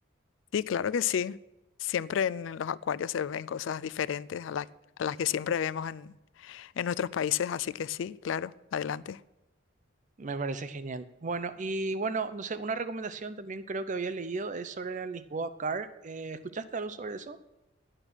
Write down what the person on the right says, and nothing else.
Me parece genial. Bueno, y bueno, no sé, una recomendación también creo que había leído es sobre la Lisboa Car. Eh, ¿escuchaste algo sobre eso?